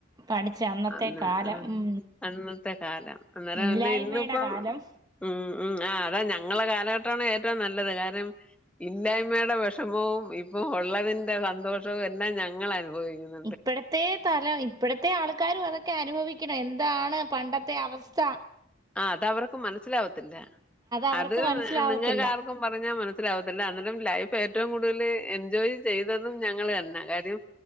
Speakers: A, on the right (about 20°); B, in the centre.
A: പഠിച്ച അന്നത്തെ
B: അന്ന്
A: കാലം ഉം
B: അന്നത്തെ കാലം അന്നേരം
A: ഇല്ലായ്മയുടെ
B: പിന്നെ ഇന്നിപ്പം
A: കാലം
B: ഉം ഉം ആ അതാ ഞങ്ങളുടെ കാലഘട്ടമാണ് ഏറ്റവും നല്ലത് കാര്യം ഇല്ലായ്മയുടെ വിഷമവും ഇപ്പം ഉള്ളതിന്റെ സന്തോഷവും എല്ലാം ഞങ്ങൾ അനുഭവിക്കുന്നു
A: ഇപ്പഴത്തെ തല ഇപ്പഴത്തെ ആ ൾക്കാരും അതൊക്കെ അനുഭവിക്കണം എന്താണ് പണ്ടത്തെ അവസ്ഥ
B: ആഹ് അത് അവർക്ക് മനസ്സിലാവത്തില്ല
A: അവർക്ക്
B: അത്
A: മനസ്സിലാവത്തില്ല
B: നിങ്ങൾക്ക് ആർക്കും പറഞ്ഞാൽ മന മനസ്സിലാവത്തില്ല അന്നേരം ലൈഫ് ഏറ്റവും കൂടുതൽ എൻജോയ് ചെയ്തതും ഞങ്ങള് തന്നെ കാര്യം